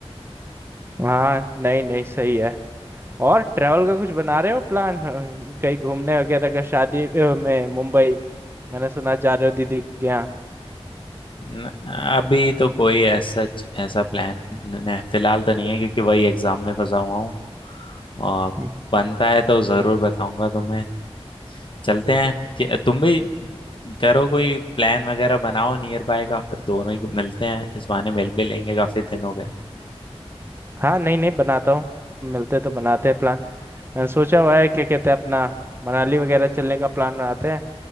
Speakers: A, on the right (about 20°); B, on the left (about 50°).
A: हाँ नहीं नहीं सही है और ट्रैवल का कुछ बना रहे हो प्लान कहीं घूमने वगैरह का शादी अ, में मुंबई मैंने सुना जा रहे हो दीदी के यहाँ
B: न- अभी तो कोई ऐसा ऐसा प्लान न- फिलहाल तो नहीं है क्योंकि वही एग्जाम में फंसा हुआ हूँ और
A: हम्म।
B: बनता है तो जरूर बताऊंगा तुम्हें चलते हैं कि- तुम भी करो कोई प्लान वगैरह बनाओ नियर बाय का फिर दोनों ही मिलते हैं इस बहाने मिल भी लेंगे काफी दिन हो गए
A: हाँ नहीं नहीं बनाता हूँ मिलते तो बनाते हैं प्लान मैंने सोचा हुआ है क्या कहते हैं अपना मनाली वगैरह चलने का प्लान बनाते हैं